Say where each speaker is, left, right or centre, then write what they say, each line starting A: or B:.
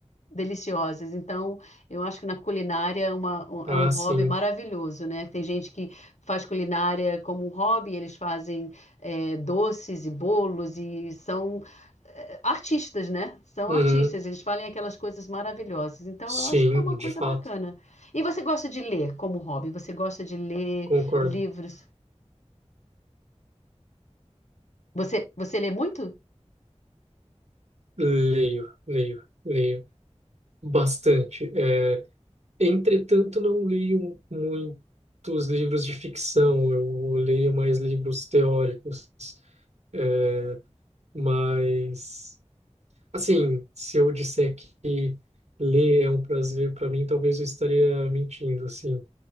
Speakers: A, on the left; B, on the right.
A: deliciosas. Então, eu acho que na culinária é, uma- um-
B: Ah,
A: é um hobby
B: sim.
A: maravilhoso, né? Tem gente que faz culinária como um hobby, eles fazem eh, doces e bolos e são artistas, né? São
B: Uhum.
A: artistas, eles falam aquelas coisas maravilhosas. Então,
B: Sim,
A: eu acho que é uma coisa
B: de fato.
A: bacana. E você gosta de ler como hobby? Você gosta de ler
B: Concordo.
A: livros? Você, você lê muito?
B: Leio, leio, leio bastante. É, entretanto, não leio muitos livros de ficção. Eu leio mais livros teóricos. É, Mas, assim, se eu disser que ler é um prazer para mim, talvez eu estaria mentindo, assim.